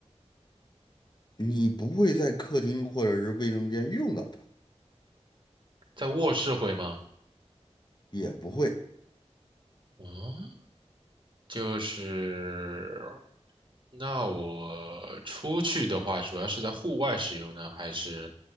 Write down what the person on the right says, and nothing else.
在卧室会吗？
嗯，就是，那我出去的话，主要是在户外使用呢，还是